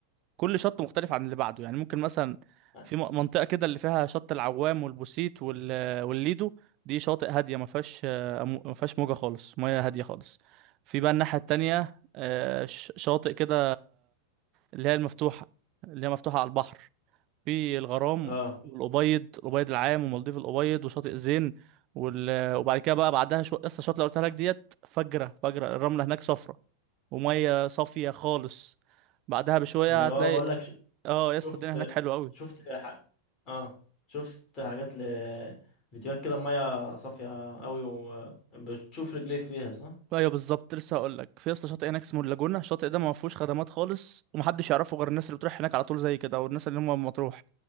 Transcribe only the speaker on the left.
اه
آه.
انا
بقى بقول لك ش-
شفت
شفت ح... اه شفت حاجات ل فيديوهات كده الميه صافيه قوي وبتشوف رجليك فيها صح